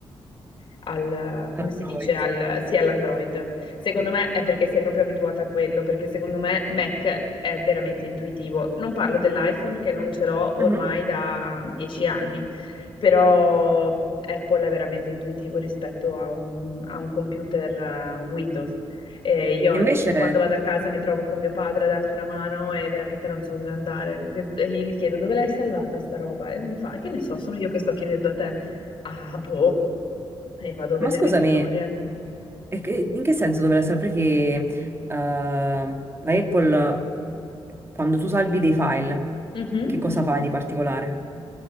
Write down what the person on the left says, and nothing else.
al- come
si dice, al, sì, all'Android. Secondo me è perché sei proprio abituata a quello, perché secondo me Mac è veramente intuitivo. Non parlo dell'iPhone che non ce l'ho
ormai da dieci anni, però Apple è veramente intuitivo rispetto a un, a un computer eh, Windows. Eh, io
quando vado a casa mi trovo con mio padre a dargli una mano e veramente non so dove andare. E io gli chiedo dove l'hai salvata sta roba? E mi fa, che ne so, sono io che sto chiedendo a te. Ah, boh. E vado a vedere
i tutorial.
Mhm.